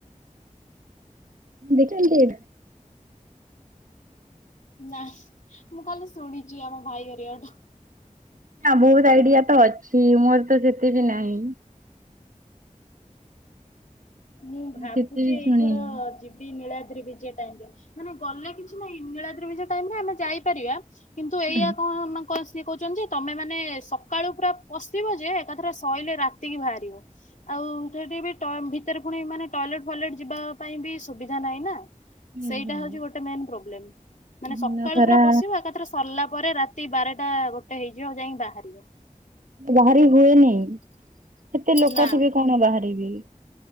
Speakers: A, on the right (about 75°); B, on the left (about 65°).
A: ଦେଖନ୍ତି?
B: ନାଇ ମୁଁ କାଲି ଶୁଣିଛି ଆମ ଭାଇହେରିକାଠୁ।
A: ନା ବହୁତ ଆଇଡିଆ ତ ଅଛି ମୋର ତ ସେତେ ବିି ନାହିଁ
B: ମୁଁ ଭାବୁଛି
A: ସେତେ ବି
B: ଏଇଥର
A: ଶୁଣିନି।
B: ଯି ତିନୀଳା ଦ୍ରି ବିଜ ଟାଇମରେ ମାନେ ଗଲେ କିଛି ନାହିଁ ନୀଳା ଦ୍ରିିବଜ ଟାଇମରେ ଆମେ ଯାଇପାରିବା। କିନ୍ତୁ ଏଇଆ
A: ହୁଁ
B: କଣ ନା ସିଏ କହୁଛନ୍ତି ଯେ ତମେ ମାନେ ସକାଳୁ ପୁରା ପଶିବ ଯେ ଏକାଥରେ ଶୋଇଲେ ରାତିକି ବାହାରିବ। ଆଉ ସେଠି ଭିତରେ ପୁଣି ମାନେ ଟଏଲେଟ ଫଲେଟ ଯିବା ପାଇଁ ବି ସୁବିଧା ନାହିଁ ନା।
A: ହୁଁ
B: ସେଇଟା
A: ହୁଁ।
B: ହଉଛି ଗୋଟେ ମେନ ପ୍ରୋବ୍ଲେମ ମାନେ
A: ଦିନ
B: ସକାଳୁ
A: ସାରା
B: ପୁରା ପଶିବା ଏକଥା ରେ। ପୁରା ସରିଲା ପରେ ରାତି ବାରଟା ଗୋଟେ ହେଇଯିବ ଆଉ ଯାଇକି ବାହାରିବ।
A: ବାହାରି ହୁଏନି ସେତେ ଲୋକ
B: ନା
A: ଥିବେ କଣ ବାହାରିବି।